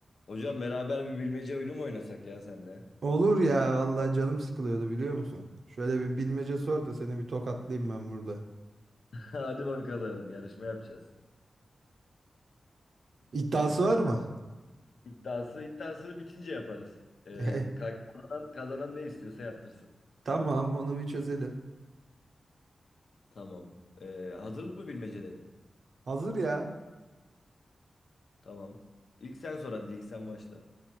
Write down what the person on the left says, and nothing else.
Hocam beraber bir bilmece oyunu mu oynasak ya senle?
<laughs> Hadi bakalım yarışma yapacağız.
Ee,
iddiası iddiasını bitince yaparız. Ee,
ka- kazanan, kazanan ne istiyorsa yaptırsın.
Tamam. Ee, hazır mı bilmecelerin?
Tamam. İlk sen sor hadi ilk sen başla.